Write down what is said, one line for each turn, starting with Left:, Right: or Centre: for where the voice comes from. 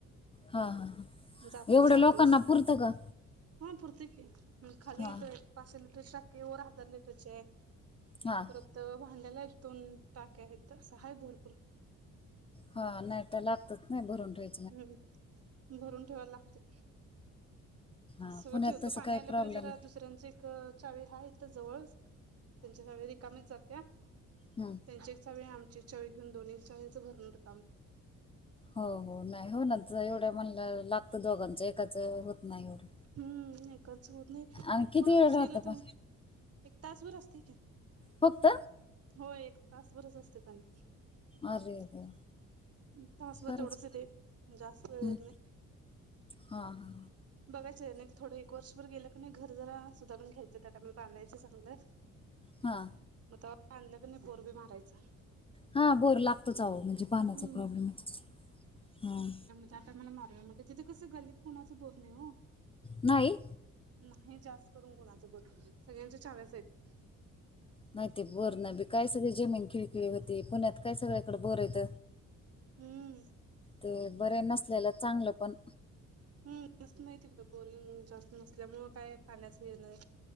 Left: हा हा.
Right: जाते
Left: एवढ्या
Right: चार
Left: लोकांना
Right: दिवस
Left: पुरतं का?
Right: हा पुरतय की. खाली
Left: हा
Right: पाचशे लिटरची टाकी आहे. वर हजार लिटरची आहे.
Left: हा.
Right: परत भांड्याला एक दोन टाक्या आहेत. असं आहेत भरपूर.
Left: हा. नाहीतर लागत्यात नाही भरून ठेवाय.
Right: हम्म. भरून ठेवाय लागतंय.
Left: हा
Right: सगळं
Left: पुण्यात
Right: ठेवतो.
Left: तसं
Right: पाणी
Left: काही
Right: आल
Left: प्रॉब्लेम
Right: की नाही जरा दुसऱ्यांचं एक चावी हाय इथं जवळच. त्यांची चावी रिकामीच जात्या.
Left: हा.
Right: त्यांची एक चावी, आमची एक चावी घेऊन दोन्ही चावीच भरुन रिकामं
Left: हो हो. नाही, हो ना. एवढ्या म्हणला लागतं दोघांचं एकाचं होत नाही एवढं.
Right: हम्म. एकांच होत नाही.
Left: आणि
Right: एक
Left: किती
Right: थोड दिवस
Left: वेळ राहतं
Right: गेल तर,
Left: पण
Right: एक तासभर असतय की.
Left: फक्त?
Right: होय एक तास भरच आसतयं पाणी. <unintelligible>
Left: अरे देवा
Right: तासभर
Left: बरंच
Right: तेवढच येतंय जास्त वेळ
Left: हम्म.
Right: येत नाही.
Left: हा हा.
Right: बघाचं आणि एक थोडं. वर्षभर गेल की ना घर जरा सुधारून घ्यायचं त्यात आणि बांधायच चांगलं.
Left: हा.
Right: मग तवा <unintelligible> बांधल की नाही बोर बी मारायचा.
Left: हा बोर लागतोच आहो म्हणजे पाण्याचा
Right: हम्म
Left: प्रॉब्लेमच हां.
Right: त्यात आम्हांला मारुया मग तिथं कसं गल्लीत <unintelligible> कोणाच बोर नाहीय ओ.
Left: नाही.
Right: नाही जास्त करून कोणाचं बोर सगळ्यांच्या चाव्याच आहेत.
Left: नाही ते बोर न बी काय सगळी जमीन खिळखिळी होती पुण्यात काय सगळ्याकड बोर <unintelligible> आहेत.
Right: हम्म
Left: ते बरंय नसलेला चांगलं पण
Right: हम् जास्त नाही तिकडं बोरिंग <unintelligible> जास्त नसल्यामुळं काय पाण्याचं हे नाही.